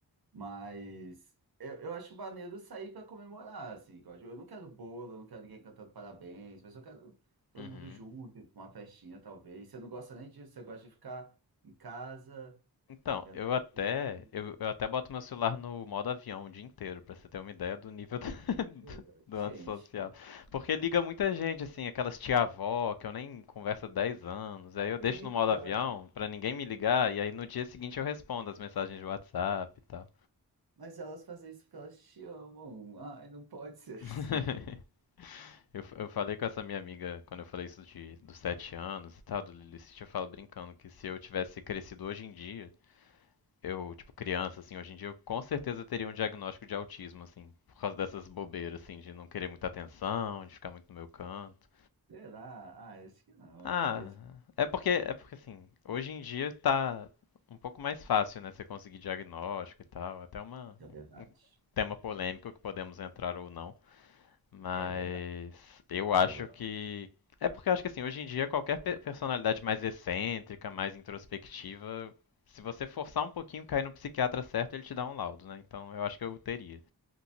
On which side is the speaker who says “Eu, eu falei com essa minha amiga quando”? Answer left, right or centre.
Left